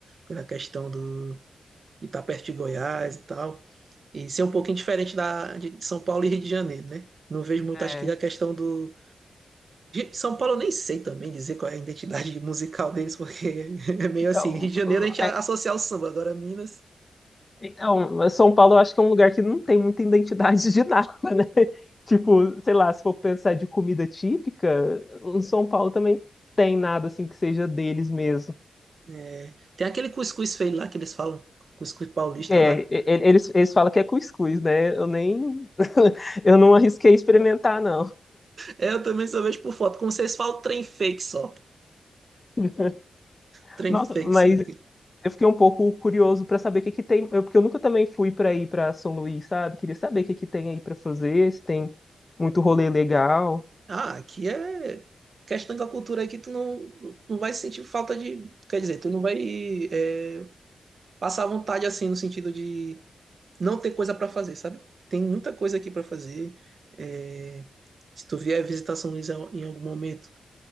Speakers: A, on the right; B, on the left.
A: pela questão do, de estar perto de Goiás e tal, e ser um pouquinho diferente da, de São Paulo e Rio de Janeiro, né? Não vejo muito,
B: É.
A: acho que a questão do. São Paulo eu nem sei também dizer qual é a identidade <laughs> musical deles, porque <laughs> é meio
B: Então,
A: assim. Rio de Janeiro
B: hum,
A: a gente
B: é,
A: associa ao samba, agora Minas
B: então, mas São Paulo eu acho que é um lugar que não tem muita identidade de nada, né? <laughs> Tipo, sei lá, se for pensar de comida típica, em São Paulo também tem nada assim que seja deles mesmo.
A: É, Tem aquele cuscuz feio lá que eles falam, cuscuz paulista
B: É,
A: lá.
B: e- eles, eles falam que é cuscuz, né? Eu nem. <laughs> Eu não arrisquei experimentar, não.
A: É, Eu também só vejo por foto, como vocês falam, trem fake só.
B: <laughs>
A: Trem
B: Nossa,
A: fake
B: mas
A: só aqui.
B: eu fiquei um pouco curioso para saber o que que tem. eu- Porque eu nunca também fui para ir para São Luís, sabe? Queria saber o que que tem aí para fazer, se tem muito rolê legal.
A: Ah, aqui é questão da cultura aí que tu não, não vai sentir falta de. Quer dizer, tu não vai é, passar vontade assim, no sentido de não ter coisa pra fazer, sabe? Tem muita coisa aqui pra fazer. É, se tu vier visitar São Luís em algum momento,